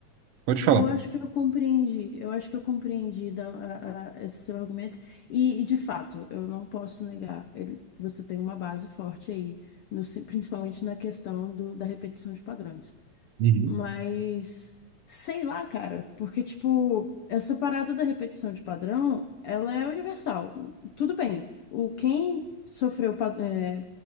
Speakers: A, on the right; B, on the left.
A: pode falar.
B: Eu acho que eu compreendi, eu acho que eu compreendi da- a- a- esse seu argumento. E, e, de fato, eu não posso negar, ele- você tem uma base forte aí, no se- principalmente na questão do- da repetição de padrões.
A: Uhum,
B: Mas sei lá, cara, porque tipo, essa parada da repetição de padrão, ela é universal. Tudo bem. O quem sofreu, pa- é,